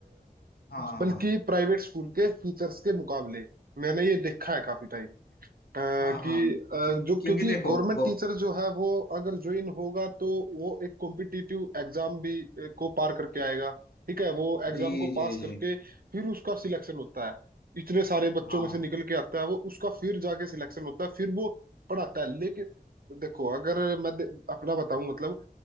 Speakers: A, on the left (about 85°); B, on the right (about 70°).
A: हाँ
B: बल्कि
A: हाँ
B: प्राइवेट स्कूल के टीचर्स के मुकाबले मैंने ये देखा है काफी टाइम अ,
A: हाँ हाँ
B: कि अ,
A: क्यों
B: जो
A: क्योंकि
B: क्योंकि
A: देखो
B: गवर्नमेंट
A: वो-
B: टीचर जो है वो अगर ज्वाइन होगा तो वो एक कॉम्पिटिटिव एग्जाम भी अ, को पार करके आएगा ठीक है वो एग्जाम
A: जी
B: को
A: जी
B: पास
A: जी
B: करके फिर उसका सिलेक्शन होता है इतने सारे बच्चों
A: हाँ
B: में से निकल के आता है वो उसका फिर जाके सिलेक्शन होता है फिर वो पढ़ाता है लेकिन देखो अगर मैं दे- अपना बताऊं मतलब